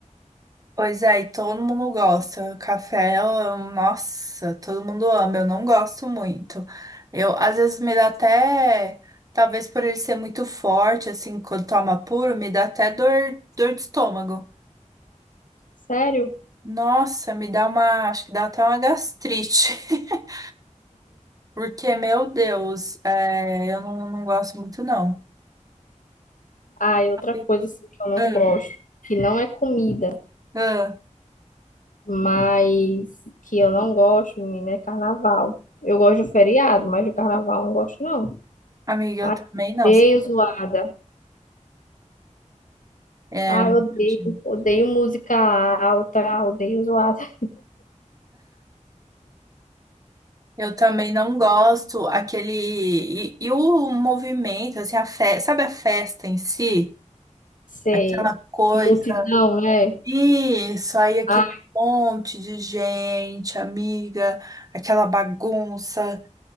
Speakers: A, on the right; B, on the left.
A: Pois é, e todo mundo gosta. Café, eu- nossa, todo mundo ama. Eu não gosto muito. Eu, às vezes, me dá até. Talvez por ele ser muito forte, assim, quando toma puro, me dá até dor, dor de estômago.
B: Sério?
A: Nossa, me dá uma. Acho que dá até uma gastrite. <laughs> Porque, meu Deus, é, eu não, não gosto muito, não.
B: Ah, e outra
A: Entendi.
B: coisa assim, que eu não
A: Ah,
B: gosto, que não é comida,
A: ah.
B: mas que eu não gosto, menina, é carnaval. Eu gosto do feriado, mas do carnaval eu não gosto, não.
A: Amiga,
B: Ai,
A: eu também não.
B: odeio zoada.
A: É,
B: Ai,
A: imagino.
B: odeio, odeio música alta, odeio zoada.
A: eu também não gosto aquele. E, e o movimento, assim, a fe... sabe a festa em si?
B: Sei.
A: Aquela coisa.
B: Multidão, né?
A: Isso, aí aquele
B: Ah,
A: monte de gente, amiga, aquela bagunça.